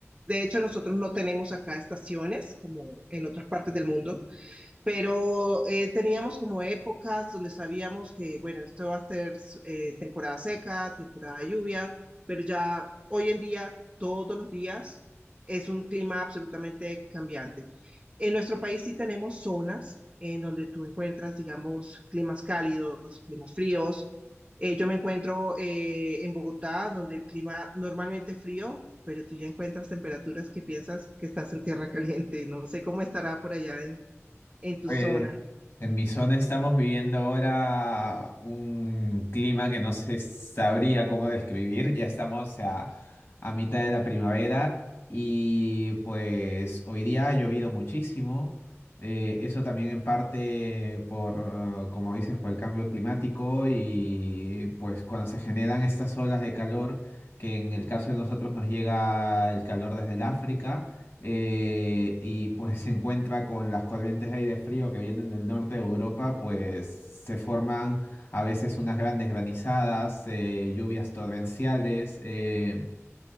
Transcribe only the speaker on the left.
Pues
en mi zona estamos viviendo ahora un clima que no se sabría cómo describir. Ya estamos a, a mitad de la primavera y pues hoy día ha llovido muchísimo. Eh, eso también en parte por, eh, como dices, por el cambio climático y pues cuando se generan estas olas de calor, que en el caso de nosotros nos llega el calor desde el África. eh, y pues <laughs> se encuentra con las corrientes de aire frío que vienen del norte de Europa, pues se forman a veces unas grandes granizadas, eh, lluvias torrenciales. eh,